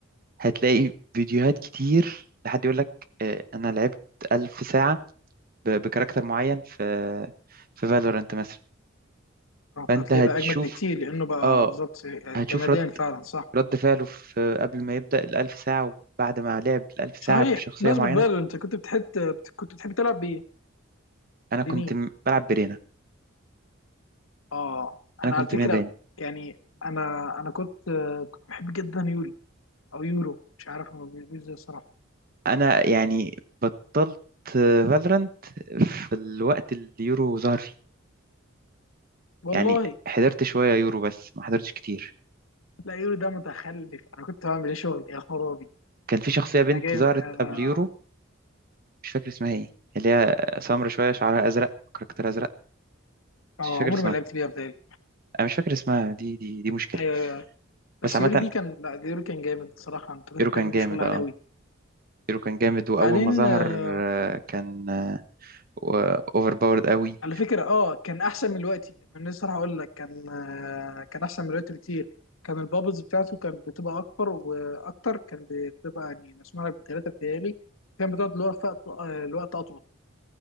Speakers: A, on the right; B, on the left.
A: هتلاقي فيديوهات كتير لحد يقول لك آه، انا لعبت ألف ساعه ب- بكاركتر معين في في فالورانت مثلا فانت
B: هتلاقيه
A: هتشوف
B: بقى اجمد بكتير لانه بقى
A: اه
B: بالظبط
A: هتشوف
B: جمادان فعلا صح
A: رد فعله في قبل ما يبدأ الألف ساعة وبعد ما لعب الألف ساعة
B: صحيح
A: بشخصية
B: بمناسبة
A: معينة
B: فالور انت كنت بتحب كنت بتحب تلعب بايه؟
A: أنا كنت
B: بمين؟
A: م- بلعب برينا
B: اه
A: أنا
B: انا
A: كنت
B: على فكرة
A: من رينا
B: يعني انا انا كنت كنت بحب جدا يوليو او يورو مش عارف هو بيقول ازاي الصراحه
A: أنا يعني بطلت فالورانت في الوقت اللي يورو ظهر فيه
B: والله
A: يعني حضرت شوية يورو بس ما حضرتش كتير
B: لا يورو ده متخلف انا كنت بعمل ايه شغل يا خرابي
A: كان في شخصية بنت
B: انا جامد
A: ظهرت
B: انا
A: قبل يورو مش فاكر اسمها ايه اللي هي سمرا شوية شعرها أزرق كاركتر أزرق
B: أو
A: مش فاكر
B: عمري
A: اسمها
B: ما لعبت بيها بتهيألي
A: أنا مش فاكر اسمها دي دي دي مشكلة
B: ايوه ايوه أيوة. بس
A: بس عامة
B: يورو دي كان لا يورو كان جامد الصراحه انت كنت
A: يورو
B: بتعمل
A: كان جامد
B: بيه شغل عالي
A: اه
B: أوي
A: يورو كان جامد وأول
B: بعدين
A: ما ظهر
B: آه،
A: آه، كان واوفر باورد قوي
B: على فكره اه كان احسن من الوقت انا لسه راح اقول لك كان آه، كان احسن من الوقت بكتير كان البابلز بتاعته كانت بتبقى اكبر واكتر كان بتبقى يعني مسموع لك بثلاثه بتهيألي كان بتقعد الوقت الوقت اطول